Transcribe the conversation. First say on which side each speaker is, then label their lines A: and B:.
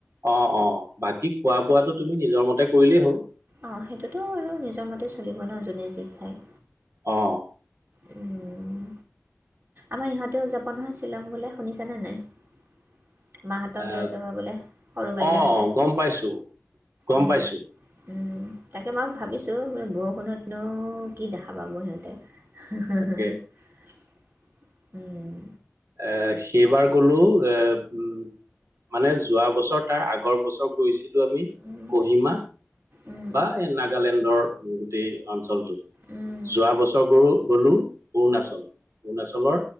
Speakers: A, on the right; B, on the right.
A: অঁ অঁ। বাকী খোৱা বোৱাটো তুমি নিজৰ মতে কৰিলেই হ'ল
B: অঁ সেইটোতো আৰু নিজৰ মতে চলিব নোৱাৰো যোনে যি খায়
A: অঁ।
B: উম, আমাৰ ইহঁতেও উ যাভ নহয় শ্বিলং বোলে শুনিছনে নাই <unintelligible> মাহঁতক
A: আহ
B: লৈ যাব বোলে সৰু বাইদেউহঁতে
A: অঁ গম পাইছো। গম
B: উম,
A: পাইছোঁ।
B: উম। তাকে বাৰু ভাবিছো বৰষুণতনো কি দেখা পাব সিহঁতে <unintelligible>
A: তাকে
B: <unintelligible> উম
A: এ সেইবাৰ গলো এ <unintelligible> মানে যোৱা বছৰ তাৰ আগৰ বছৰ কৰিছিলো আমি
B: উম,
A: কহিমা <unintelligible>
B: উম,
A: বা এই নাগালেণ্ডৰ গোটেই অঞ্চলটোত
B: উম,
A: <unintelligible> যোৱা বছৰ গলো-গলো অৰুণাচল অৰুণাচলৰ